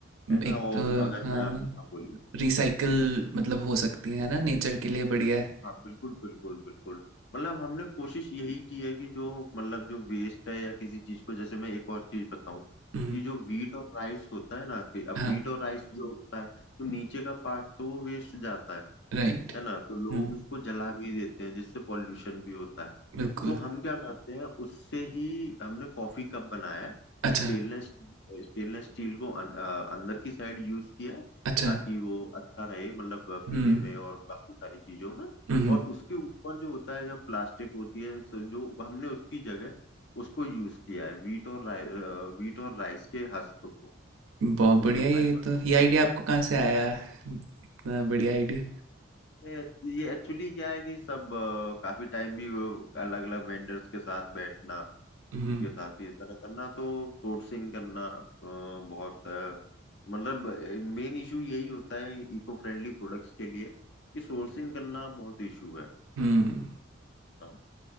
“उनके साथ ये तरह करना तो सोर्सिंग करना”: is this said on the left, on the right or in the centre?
Left